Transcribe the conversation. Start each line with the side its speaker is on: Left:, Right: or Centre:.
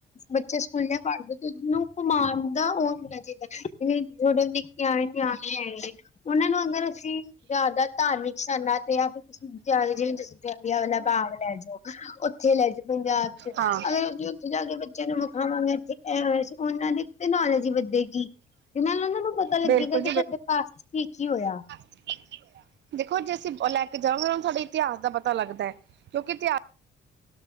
Left: ਬੱਚੇ ਸਕੂਲੇ ਪੜ੍ਹਦੇ ਤਾਨੂੰ ਘੁਮਾਣ ਦਾ ਉਹ ਹੋਣਾ ਚਾਹੀਦਾ, ਜਿਵੇਂ ਥੋਡੇ ਨਿੱਕੇ ਆਣੇ ਨਿਆਣੇ ਹੈਗੇ। ਉਹਨਾਂ ਨੂੰ ਅਗਰ, ਅਸੀਂ ਜ਼ਿਆਦਾ ਧਾਰਮਿਕ ਸਥਾਨਾਂ, ਤੇ ਫਿਰ ਤੁਸੀਂ ਜਾਂ ਜਿਵੇਂ ਅਗਲਾ ਜਾਂਦੇ ਬਾਗ ਲੈਜੇ। ਉੱਥੇ ਲੈਜੇ ਪੰਜਾਬ ਚ।
Right: ਹਾਂ।
Left: ਅਗਰ ਉੱਥੇ ਜਾ ਕੇ ਬੱਚਿਆਂ ਨੂੰ ਵਿਖਾਵਾਂਗੇ, ਇਥੇ ਹੋਇਆ ਸੀ, ਉਹਨਾਂ ਦੀ ਤੇ ਨੌਲੇਜ ਹੀ ਵਧੇਗੀ। ਤੇ ਨਾਲ ਉਹਨਾਂ ਨੂੰ ਪਤਾ ਲੱਗੇਗਾ,
Right: ਬਿਲਕੁਲ
Left: ਕਿ ਸਾਡੇ ਪਾਸਟ ਚ ਕੀ-ਕੀ ਹੋਇਆ।
Right: ਫੇਰ ਕੀ ਹੋਇਆ, ਦੇਖੋ ਜੇ ਅਸੀਂ ਲੈ ਕੇ ਜਾਵਾਂਗੇ, ਉਹਨਾਂ ਨੂੰ ਥੋਡੇ ਇਤਿਹਾਸ ਦਾ ਪਤਾ ਲੱਗਦਾ, ਕਿਉਂਕਿ ਇਤਿਹਾਸ